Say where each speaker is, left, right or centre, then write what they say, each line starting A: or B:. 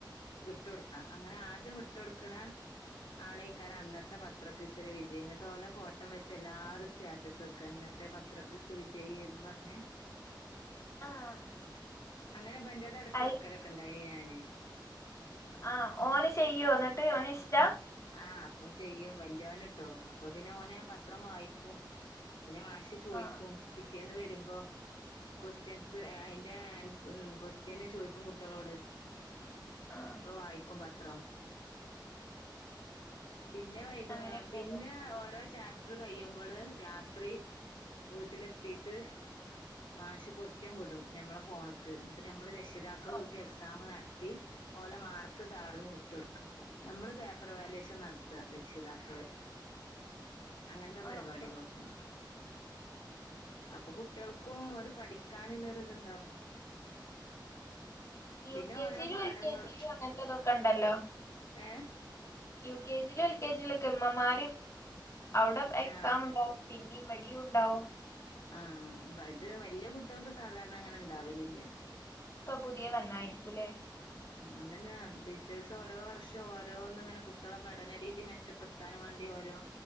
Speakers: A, on the left; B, on the left.
A: വിട്ടൊടുക്കാം അങ്ങനെ ആദ്യം വിട്ട് കൊടുക്കണ ആളേക്കാട് അന്നത്തെ പത്ര ക്യുസില് വിജയം പോലെ ഫോട്ടോ വെച്ച് എല്ലാരും സ്റ്റാറ്റസ് വെയ്ക്കും കന്നത്തെ പത്ര ക്കിസ് വിജയി എന്ന് പറ്ഞ്ഞ്.
B: ആഹ്.
A: അങ്ങനെ ഇബന്റേത് എട്ക്ക്
B: അയ്
A: വെക്കലൊക്കെ ഇണ്ടായി ഞാന്.
B: ആഹ് ഓന് ചെയ്യോ ന്ന്ട്ട് ഓന് ഇഷ്ട്ട?
A: ആഹ് അപ്പോ ചെയ്യും വല്യോന്ട്ടോ അപ്പോ പിന്നെ ഓനാ പത്രം വായിക്കും. പിന്നെ മാഷ് ചോയിക്കും
B: ആഹ്
A: പിറ്റേന്ന് വരുമ്പം. ക്വസ്റ്റ്യൻസ് അതിന്റെ ആൻ ക്വസ്റ്റ്യൻ ചോയിക്കും കുട്ടൃളോട്.
B: ആഹ്.
A: ള് വായിക്കും പത്രം. പിന്നെ വൈക
B: അങ്ങനെയൊക്കെയല്ലേ
A: പിന്നെ ഓരോ ചാപ ട്ട് കയ്യുമ്പോള് രാത്രി വീട്ടിലെത്തീട്ട്. മാഷ് കോസ്റ്റീൻ വിടും ഞമ്മളെ ഫോണ് ക് എന്നിട്ട് നമ്മള് രക്ഷിതാക്കള്
B: ആഹ്
A: ഓല്ക്ക് എക്സാം നട്ത്തി. ഓലെ മാർക്ക് സാറിന് വിട്ടുകൊടുക്ക് നമ്മള് പേപ്പർ വാലുവേഷൻ നട് ത്ത രക്ഷിതാക്കള് അങ്ങനത്തെ പരിപാടികളൊക്കെ
B: ആഹ് ആഹ്
A: ഉണ്ട്. അപ്പോ കുട്ടികൾക്കും ഒരു പഠിക്കാനുള്ളരിത്ണ്ടാവും.
B: യു
A: പിന്നെ
B: കെ
A: ഓരോ
B: ജിയിലും
A: പാഠങ്ങൾ
B: എൽ കെ ജിയിലും അങ്ങനത്തെതൊക്കെ ഇണ്ടല്ലോ.
A: ഏ.
B: യു കെ ജിയിലും എൽ കെ ജിയി ഒക്കെ ഉമ്മമാര് അവിടെ എക്സാം
A: ആഹ്
B: ഉണ്ടാവും പിന്നിം ഇവിടേം ഉണ്ടാവും.
A: ആഹ് ഇവര്ത് വല്ലൃ കുട്ടികൾക്ക് സാധാരണ അങ്ങനെ ഉണ്ടാവലില്ല.
B: ഇപ്പോ പുതിയ വന്നായിരിക്കൂലേ?
A: അതന്നെയാ ടീച്ചേഴ്സ് ഓരോ വർഷം ഓരോന്ന്ങ്ങനെ കുട്ടികളെ പഠനരീതി മെച്ചപ്പെട്ത്താനും വേണ്ടി ഓരോ